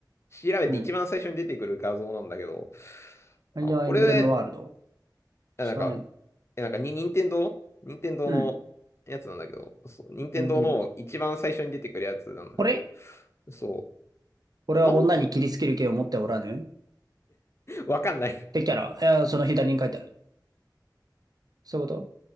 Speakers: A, on the left; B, on the right.
A: 調べて一番最初に出てくる画像なんだけど、
B: うん。ファイヤーエンブレムワールド。
A: あ、これ、あなんか、
B: 知らないね。
A: えなんか、に、任天堂任天堂のやつなんだけど、
B: うん。
A: そう、任天堂の一番最初に出てくるやつなんだけど、
B: 全然。これ
A: そ
B: これは女に切りつける剣を持っておらぬっ
A: う。なんか、わかんない。
B: てキャラ。えー、その左に書いてある。そういうこ